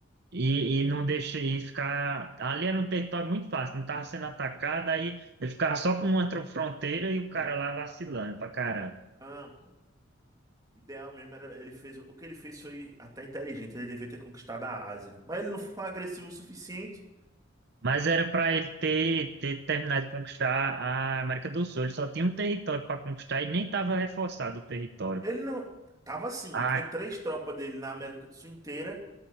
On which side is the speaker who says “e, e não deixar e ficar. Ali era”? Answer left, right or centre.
Right